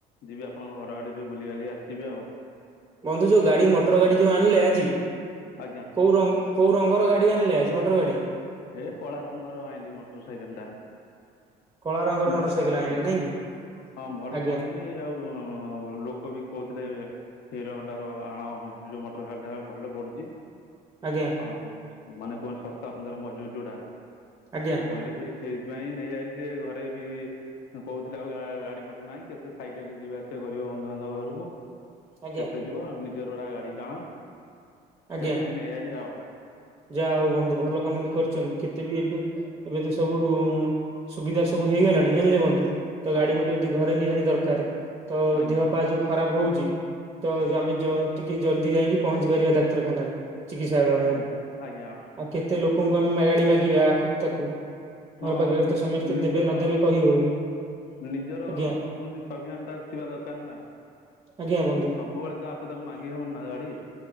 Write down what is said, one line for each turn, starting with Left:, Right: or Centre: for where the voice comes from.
Left: ଯିବି ଆପଣଙ୍କ ଘର ଆଡ଼େ ଟିକେ ବୁଲିବାଲି ଆସିବେ ଆଉ।
Right: ବନ୍ଧୁ ଯୋଉ ଗାଡ଼ି ମଟର ଗାଡ଼ି ଯୋଉ ଆଣଲେ ଆଜି।
Left: ଆଜ୍ଞା।
Right: କୋଉ ର କୋଉ ରଙ୍ଗର ଗାଡ଼ି ଆଣିଲେ ଆଜି ମଟର ଗାଡ଼ି।
Left: ଏ କଳା ରଙ୍ଗର ଆଇଁଲି ମଟର ସାଇକେଲଟା
Right: କଳା ରଙ୍ଗର ମୋଟର
Left: ଭଲ
Right: ସାଇକେଲ
Left: ପଡୁଚି।
Right: ଆଣିଲେ ନାଇଁ କି
Left: ହଁ ଭଲ
Right: ଆଜ୍ଞା
Left: ପଢୁଚି ଆଉ ଲୋକ ବି କୋହୁଥିଲେ ହିରୋ ହୋଣ୍ଡାର ଆଣ ସେଇ ଯୋଉ ମଟର ସାଇକେଲଟା ଭଲପଡ଼ୁଚି।
Right: ଆଜ୍ଞା।
Left: ଆଉ ମାନେ କଣ ଶସ୍ତା ସୁନ୍ଦର ମଜବୁତ ଯୋଉଟା
Right: ଆଜ୍ଞା
Left: ସିଏ କହିଲେ ସେଇଠି ସେଇଥିପାଇଁ ନେଇଆଇଲି ଟିକେ ଘରେ ବି ଉଁ କୋହୁଥିଲେ ଆଉ ଗା ଗାଡିମଟର ନାହିଁ କେତେ ସାଇକେଲରେ ଯିବାଆସିବା କରିବ ବନ୍ଧୁବାନ୍ଧବ ଘରକୁ
Right: ଆଜ୍ଞା
Left: କେତେ ଯିବ ନିଜର ଗଟା ଗାଡି କାଣ
Right: ଆଜ୍ଞା
Left: ସେକୁ ଯାଇ ନେଇଗଲି ଆଉ
Right: ଯାହା ହଉ ବନ୍ଧୁ ଭଲ କାମ ଟିକ କରିଛନ୍ତି କେତେ ବି ଏବେ ଏବେ ତ ସବୁ ସୁବିଧା ସବୁ ହେଇଗଲାଣି ଜାଣିଲେ ବୁନ୍ଧୁ ତ ଗାଡି
Left: ଆଜ୍ଞା
Right: ଗୋଟେି ଘରେ ନିହାତି ଦରକାର ତ
Left: ଆଜ୍ଞା
Right: ଦେହ ପାହା ଯୋ ଖରାପ ହଉଛି ତ ଆମେ ଟିକେ ଜଲଦି ଯାଇକି ପହଞ୍ଚି ପାରିବା ଡାକ୍ତରଖାନାରେ ଚିକିତ୍ସାଳୟରେ
Left: ଆଜ୍ଞା ଆଜ୍ଞା
Right: ଆଉ କେତେ ଲୋକଙ୍କୁ ଆମେ ମାଗାଡି ମାଗିବା ଆ ତାକୁ
Left: ହଁ
Right: ଘର ପାଖରେ
Left: ନିଜ
Right: ତ ସମସ୍ତେ
Left: ନିଜର
Right: ଦେବେ ନଦେବେ କହି ହଉନି
Left: ନିଜର
Right: ଆଜ୍ଞା
Left: ଆ କୁହନ୍ତି ସଭ୍ୟାନ୍ତା ଥିବା ଦରକାର ନା
Right: ଆଜ୍ଞା ବନ୍ଧୁ
Left: ସବୁବେଳେ ତ ଆଖକୁ ତାକୁ ମାଗି ହବନି ନା ଗାଡି